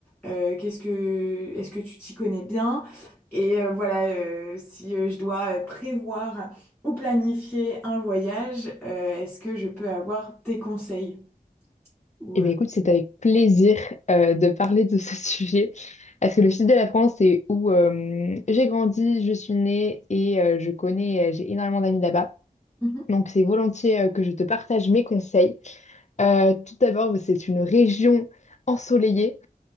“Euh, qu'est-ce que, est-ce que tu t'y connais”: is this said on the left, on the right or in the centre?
Centre